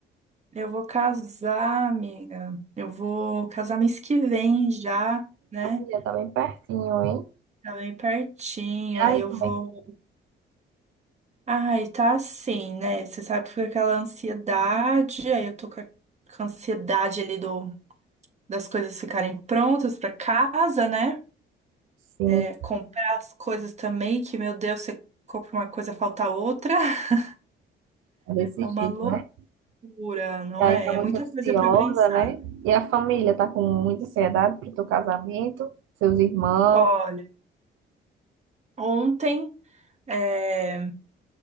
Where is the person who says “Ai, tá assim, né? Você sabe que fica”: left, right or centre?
Right